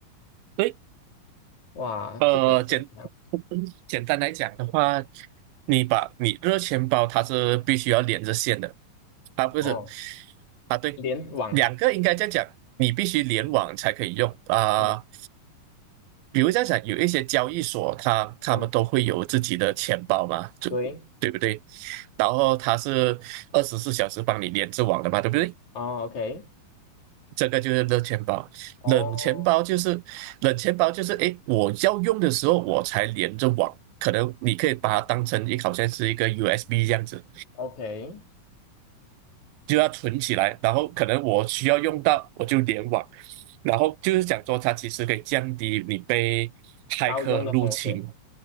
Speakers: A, on the right; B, on the left.
A: 对
B: 哇，
A: 呃，
B: 这个是讲
A: 简简单来讲的话，你把你热钱包它是必须要连着线的，啊不是
B: 哦，
A: 啊对，
B: 联网，
A: 两个应该这样讲，你必须联网才可以用啊。
B: 嗯
A: 比如这样讲，有一些交易所它他们都会有自己的钱包嘛，
B: 嗯，
A: 就对不对？
B: 对，
A: 然后它是二十四小时帮你连着网的嘛，对不对？
B: 哦，OK，
A: 这个就是热钱包，
B: 哦
A: 冷钱包就是冷钱包就是，诶，我要用的时候我才连着网，可能你可以把它当成一好像是一个 USB 这样子，
B: ，OK，
A: 就要存起来，然后可能我需要用到我就联网，然后就是讲说它其实可以降低你被骇客入侵，
B: 盗用的风险